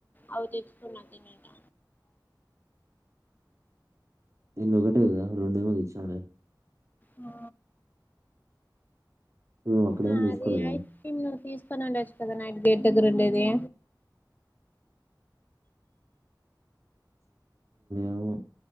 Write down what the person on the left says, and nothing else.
అవి తెచ్చుకున్న తినేకి
ఆ
ఆ
అది ఐస్ క్రీమ్ నువ్వు తీసుకొని ఉండచ్చు కదా నైట్ గేడ్ దగ్గర ఉండేది